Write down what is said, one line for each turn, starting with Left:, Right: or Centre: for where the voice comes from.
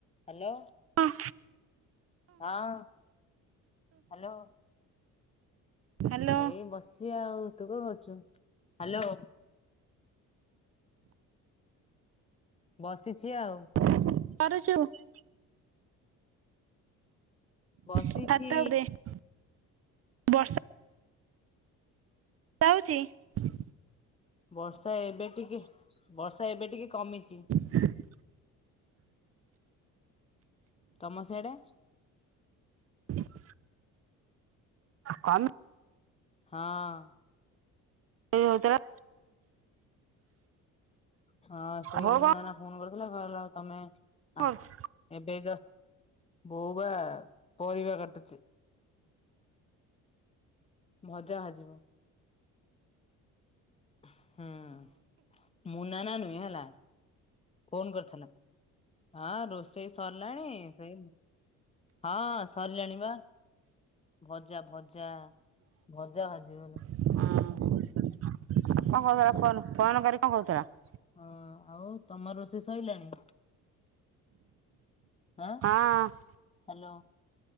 Left: ହ୍ୟାଲୋ।
Right: ହଁ।
Left: ହଁ ହ୍ୟାଲୋ।
Right: ହ୍ୟାଲୋ
Left: ଏଇ ବସି ଆଉ ତୁ କଣ କରୁଛୁ ହ୍ୟାଲୋ? ବସିଛି ଆଉ।
Right: <unintelligible> <unintelligible>
Left: ବସିଛି
Right: ବର୍ଷା ହଉଛି।
Left: ବର୍ଷା ଏବେ ଟିକେ ବର୍ଷା ଏବେ ଟିକେ କମିଛି।
Right: ହଁ।
Left: ନମସ୍କାର।
Right: <inaudible> କଣ?
Left: ହଁ।
Right: ସେ ହଉଥିଲା
Left: ହଁ ସେ
Right: ବୋଉ
Left: ଉମୁ
Right: କଣ
Left: ନନା ଫୋନ କରୁଥିଲେ କହିଲା ତମେ
Right: କରୁଛି?
Left: ଆ ଏବେ ବୋଉ ବା ପରିବା କାଟୁଛି। ମଜା ହଯିବ ହୁଁ ମୁନା ନା ନୁହେଁ ହେଲା। ଫୋନ କରିଥିଲା ହଁ ରୋଷେଇ ସରିଲାଣି ସେଇ ହଁ ସରିଲାଣିିବା ଭଜା ଭଜା। ଭଜା ଭାଜିବ।
Right: ହୁଁ କଣ କହୁଥିଲା ଫୋନ ଫୋନ କରି କଣ କହୁଥିଲ?
Left: ହଁ ଆଉ ତମ ରୋଷେଇ ସଇଲାଣି? ଆଁ।
Right: ହଁ
Left: ହାଲୋ